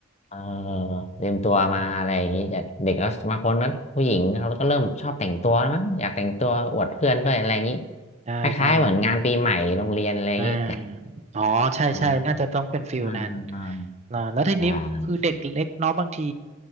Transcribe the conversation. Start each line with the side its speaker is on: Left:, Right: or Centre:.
Left: เออเตรียมตัวมาอะไรอย่างนี้แต่เด็กก็บางคนก็ผู้หญิงเขาก็เริ่มชอบแต่งตัวแล้วมั้งอยากแต่งตัวอวดเพื่อนด้วยอะไรอย่างนี้
Right: ได้ได้
Left: คล้ายๆเหมือนงานปีใหม่โรงเรียนอะไรอย่างนี้
Right: อ่าอ๋อใช่ใช่น่าจะต้องเป็นฟิลนั้น
Left: <laughs> อา
Right: อ่าแล้วทีนี้คือเด็กเล็กเนาะบางที
Left: อ่า